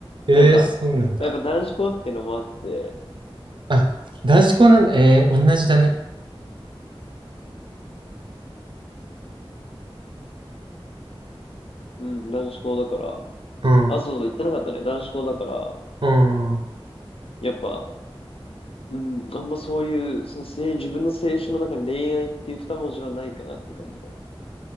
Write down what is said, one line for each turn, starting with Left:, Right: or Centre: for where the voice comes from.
Right: えー、
Left: なんか、
Right: そうなんだ。
Left: やっぱ男子校っていうのもあって、
Right: あ、男子校なんだ。えー、同じだね。
Left: うん、男子校だから、
Right: うん。
Left: あ、そうそう、言ってなかったね。男子校だから、
Right: うん。
Left: やっぱ、うん、あんまそういう、そのせい、自分の青春の中に恋愛っていう二文字はないかなって感じかな。